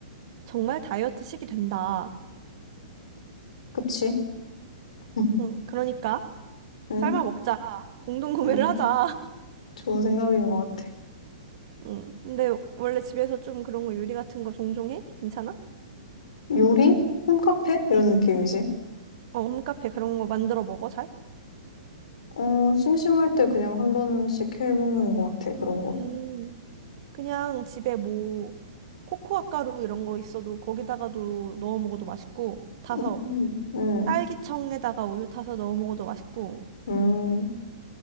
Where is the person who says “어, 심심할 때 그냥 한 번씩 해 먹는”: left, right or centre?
Left